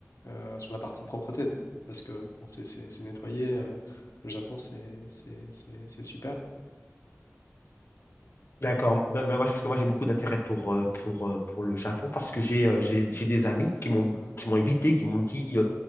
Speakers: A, on the left; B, on the left.
A: euh, sur la partie propreté, de- parce que bon, c'est c'est- c'est nettoyé, euh, le Japon, c'est c'est- c'est- c'est super.
B: D'accord. Ben, ben, moi, je- parce que moi, j'ai beaucoup d'intérêt pour, euh, pour, euh, pour le Japon parce que j'ai euh, j'ai j'ai des amis qui m'ont qui m'ont invité, qui m'ont dit euh,